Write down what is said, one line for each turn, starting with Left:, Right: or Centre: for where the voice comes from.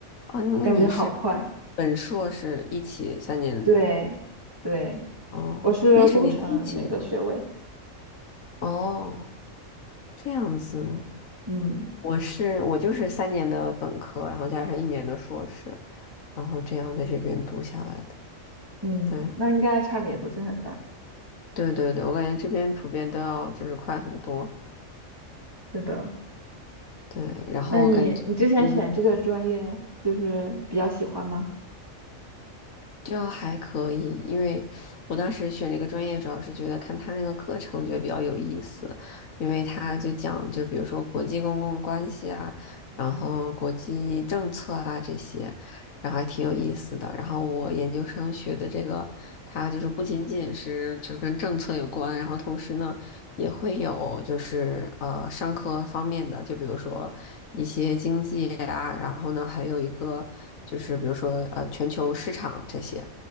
Left: 哦，那你是本硕是一起三年，
Right: 感觉好快。对，对，
Left: 哦，
Right: 我是工程那个学位，
Left: 那是连在一起的吗？哦，这样子，
Right: 嗯
Left: 我是我就是三年的本科，然后加上一年的硕士，然后这样在这边读下来的。
Right: 嗯，
Left: 对
Right: 那应该差别不是很大。
Left: 对对对，我感觉这边普遍都要就是快很多。
Right: 是的，
Left: 对，然后我感觉，
Right: 那你你之前选这个专业就是比较喜欢吗？
Left: 嗯。就还可以，因为我当时选这个专业，主要是觉得看他那个课程觉得比较有意思，因为他就讲，就比如说国际公共关系啊，然后国际政策啊这些，然后还挺有意思的。然后我研究生学的这个，它就是不仅仅是就是跟政策有关，然后同时呢。也会有就是呃商科方面的，就比如说一些经济啊，然后呢还有一个就是比如说呃全球市场这些，